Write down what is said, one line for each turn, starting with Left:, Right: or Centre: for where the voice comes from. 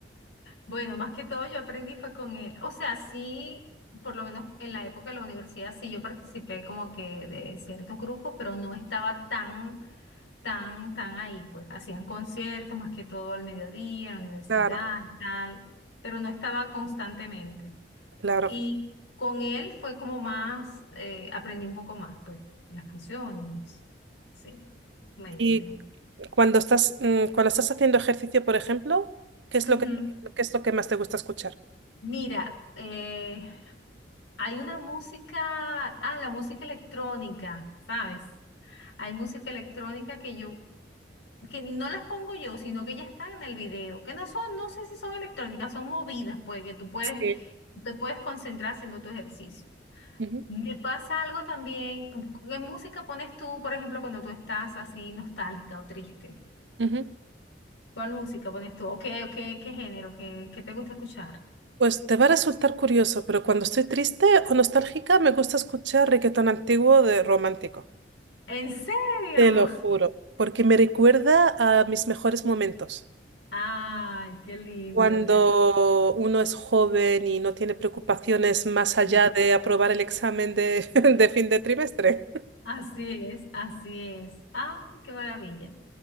Left: Bueno, más que todo yo aprendí fue con él. O sea, sí, por lo menos en la época de la universidad, sí yo participé como que de ciertos grupos, pero no estaba tan, tan, tan ahí. Pues hacían conciertos más que todo al mediodía, en la universidad
Right: Claro.
Left: y tal, pero no estaba constantemente.
Right: Claro.
Left: Y con él fue como más, eh, aprendí un poco más, pues, de las canciones y eso. Sí, buenísimo.
Right: Y cuando estás, mm, cuando estás haciendo ejercicio, por ejemplo, ¿qué es
Left: Ujú.
Right: lo que, qué es lo que más te gusta escuchar?
Left: Mira, eh, hay una música, ah, la música electrónica, ¿sabes? Hay música electrónica que yo, que no las pongo yo, sino que ya están en el video, que no son, no sé si son electrónicas, son movidas, pues, que tú puedes,
Right: Sí.
Left: tú te puedes concentrar haciendo tu ejercicio.
Right: Ujú,
Left: Me pasa algo también. ¿Qué música pones tú, por ejemplo, cuando tú estás así nostálgica o triste?
Right: ujú.
Left: ¿Cuál música pones tú? ¿O qué, o qué, qué género? ¿Qué, qué te gusta escuchar?
Right: Pues te va a resultar curioso, pero cuando estoy triste o nostálgica, me gusta escuchar reggaetón antiguo de romántico.
Left: ¿En serio?
Right: Te lo juro, porque me recuerda a mis mejores momentos.
Left: <laughs> Ay, qué lindo,
Right: Cuando
Left: qué
Right: uno es joven y no tiene preocupaciones más allá
Left: lindo.
Right: de aprobar el examen de, <laughs> de fin de trimestre.
Left: Así es, así es. Ay, qué maravilla.